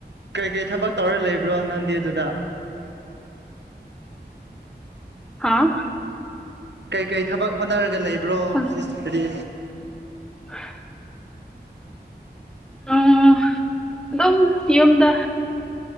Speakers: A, on the right; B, in the centre.
A: ꯀꯩꯀꯩ ꯊꯕꯛ ꯇꯧꯔ ꯂꯩꯕ꯭ꯔꯣ ꯅꯪꯗꯤ ꯑꯗꯨꯗ
B: ꯍꯥꯥ
A: ꯀꯩꯀꯩ ꯊꯕꯛ ꯍꯣꯠꯅꯔꯒ ꯂꯩꯕ꯭ꯔꯣ
B: ꯎꯝ
A: ꯁꯤ ꯍꯥꯗꯤ
B: <inaudible> ꯎꯝ ꯑꯗꯨꯝ ꯌꯨꯝꯗ